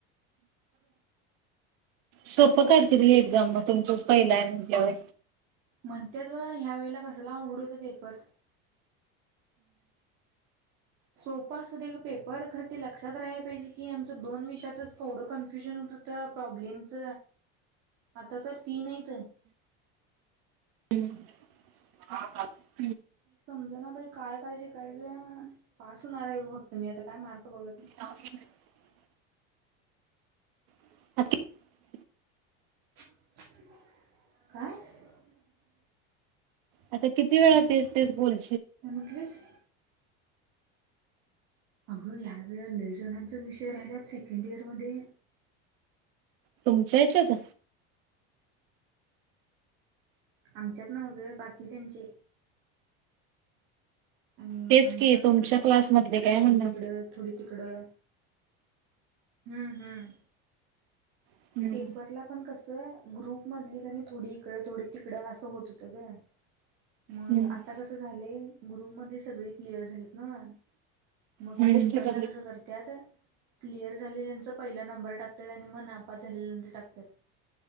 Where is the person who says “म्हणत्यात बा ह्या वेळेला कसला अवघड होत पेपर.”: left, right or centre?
Right